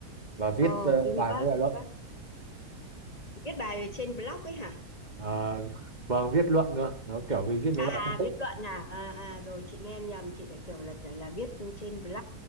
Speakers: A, on the right (about 25°); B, on the left (about 25°).
A: và viết
B: ờ,
A: ờ,
B: kinh
A: bài
B: quá,
A: mấy bài luận
B: quá. Viết bài trên blog ấy hả?
A: Ờ, vâng viết luận nữa nó kiểu về viết mấy
B: À,
A: bài phân
B: à,
A: tích
B: viết luận à? À, à, rồi chị nghe nhầm, chị lại tưởng là là viết trên blog.